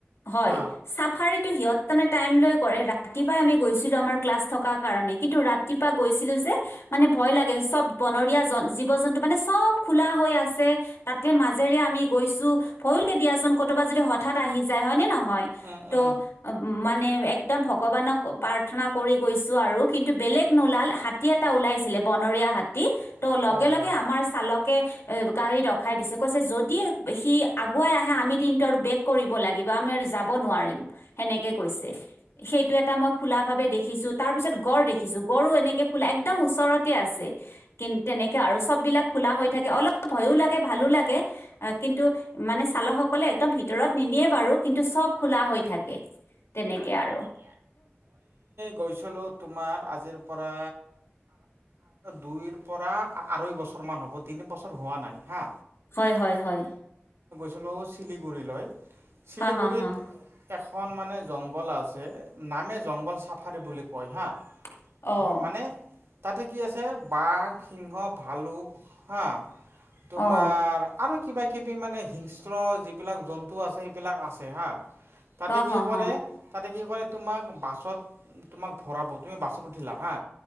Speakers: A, on the left (about 75°); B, on the right (about 80°).
A: হয়
B: হা
A: চাফাৰীটো সিহঁত তে টাইম লৈ কৰে ৰাতিপুৱাই আমি গৈছিলো আমাৰ ক্লাছ থকা কাৰণে কিন্তু ৰাতিপুৱা গৈছিলো যে মানে ভয় লাগে চব বনৰীয়া জ জীৱ জন্তু মানে চব খোলা হৈ আছে তাতে মাজেৰে আমি গৈছো ভৰিুলকে দিয়াচোন কৰতোবাত যদি হঠাৎ আহি যায় হয়নেে নহয়
B: উম,
A: ত'
B: উম।
A: মানে একদম ভগৱানক প্ৰাৰ্থনা কৰি গৈছো আৰু কিন্তু বেলেগ নোলাল হাতী এটা ওলাইছিলে বনৰীয়া হাতী
B: হাতী
A: ত' লগে লগে আমাৰ চালকে এ গাড়ী ৰখাই দিছে কৈছে যদি সি আগুৱাই আহে আমি কিন্তু আৰু বেক কৰিব লাগিব যাব নোৱাৰিম, সেনেকে কৈছে। সেইটো এটা মই খোলাভাৱে দেখিছোঁ তাৰপিছ গড় দেখিছো গড়ো এনেকৈ খোলা একদম ওচৰত আছে কিন্ত তেনেকে আৰু চব বিলাক খোলা হৈ থাকে অলপ ভয়ো লাগে ভালো লাগে কিন্তু মানে চালকসকলে একদম ভিতৰত নিদিয়ে বাৰু কিন্তু চব খোলা হৈ থাকে তেনেকে আৰু
B: গৈছিলো তোমাৰ আজিৰ পৰা দুইৰ পৰা আঢ়ৈ বছৰমান হ'ব, তিনি বছৰ হোৱা নাই হা
A: হয় হয় হয়
B: লো চিলিগুৰিলৈ, শিলিগুৰিত
A: হা হা হা
B: এশ এখন মানে জংঘল আছে নামে জংঘল চাফাৰী বুলি কয় হা।
A: অহ।
B: হয় মানে তাতে কি আছে বাঘ সিংহ ভালুক হা। তোমাৰ
A: অ
B: আৰু কিবা কিবি মানে হিংস্ৰ যিবিলাক জন্তু আছে সেইবিলাক আছে হা। তাতে
A: হ
B: কি
A: হ
B: কৰে
A: হ
B: তাতে কি কৰে তোমাক বাছত তোমাক ভৰাব তুমি বাছত উঠিলা হা